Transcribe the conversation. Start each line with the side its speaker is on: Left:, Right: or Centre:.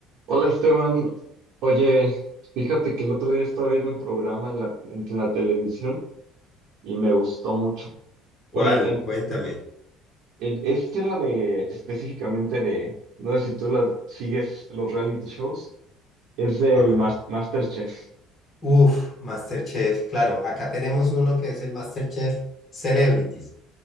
Right: Hola Esteban, oye, fíjate que el otro día estaba viendo un programa en la, en, la televisión y me gustó mucho. Bueno,
Left: ¿Cuál?
Right: en-
Left: Cuéntame.
Right: en- este era de específicamente de, no sé si tú la, sigues los reality shows, es del
Left: Ajá.
Right: Mas- MasterChef.
Left: Uf, MasterChef. Claro, acá tenemos uno que es el MasterChef Celebrities.